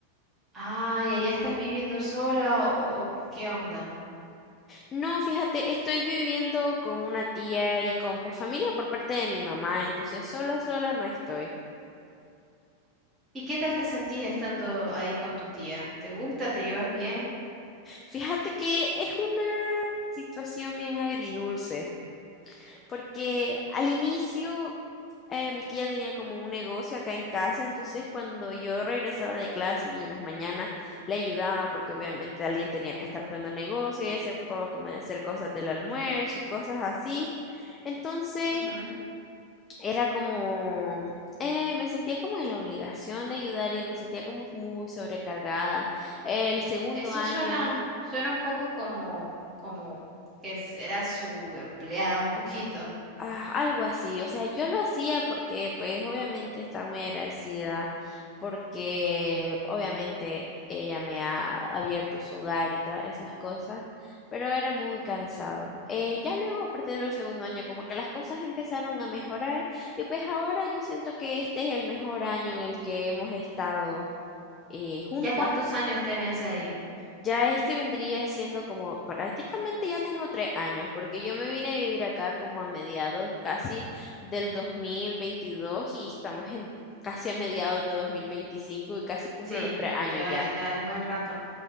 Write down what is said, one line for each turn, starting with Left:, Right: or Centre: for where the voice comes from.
Right: Ah, ¿y allá estás viviendo sola o o qué onda?
Left: No, fíjate, estoy viviendo con una tía y con pues, familia por parte de mi mamá, entonces sola, sola no estoy.
Right: ¿Y qué tal te sentís estando ahí con tu tía? ¿Te gusta? ¿Te llevas bien?
Left: Fíjate que es una situación bien agridulce. porque al inicio eh, mi tía tenía como un negocio acá en casa, entonces cuando yo regresaba de clase y en las mañanas le ayudaba, porque obviamente alguien tenía que estar cuidando el negocio, ella se ocupaba como de hacer cosas del almuerzo y cosas así. Entonces
Right: Ujú.
Left: era como, eh, me sentía como en la obligación de ayudar y me sentía como muy sobrecargada. El segundo
Right: Eso
Left: año
Right: suena, suena un poco como, como que s- era su empleada un poquito.
Left: Ah, algo así, o sea, yo lo hacía porque pues obviamente estaba muy agradecida porque obviamente ella me ha abierto su hogar y todas esas cosas, pero era muy cansado. Eh, ya luego a partir del segundo año como que las cosas empezaron a mejorar y pues ahora yo siento que este es el mejor año en el que hemos estado eh, juntas.
Right: ¿Ya cuántos años tenés ahí?
Left: Ya este vendría siendo como prácticamente ya tengo tres años, porque yo me vine a vivir acá como a mediados casi del 2022 y estamos en casi a mediados de 2025 y casi cumplo
Right: Sí,
Left: los tres años
Right: ya,
Left: ya.
Right: ya es buen rato.